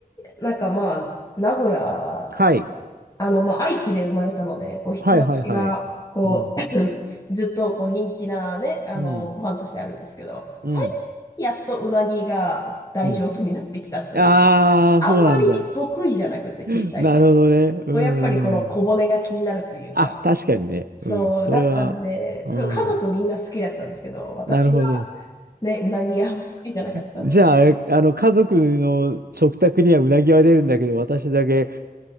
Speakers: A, on the left; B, on the right.
A: なんかまあ、名古屋、
B: はい。
A: あの、まあ、愛知で生まれたので、こう、ひつまぶしが、
B: はいはいはい。
A: こう、
B: うん、
A: <clears throat> ずっとこう人気なね、あの、
B: うん、
A: ご飯としてあるんですけど、最
B: うん、
A: 近やっとうなぎが大丈夫になってきたという、
B: うん。ああ、
A: あんまり得意じゃなくて、
B: そうなんだ。
A: 小さい頃。
B: <laughs> なるほどね。うん。
A: こう、やっぱりこの小骨が気になるというか、
B: あ、確かにね。
A: そうだったんで、
B: うん、それは、うん、
A: すごい家族みんな好きだったんですけど、私はね、
B: なるほど。
A: うなぎあんま好きじゃなかったので、
B: じゃあ、あれ、あの、家族の食卓にはうなぎは出るんだけど、私だけ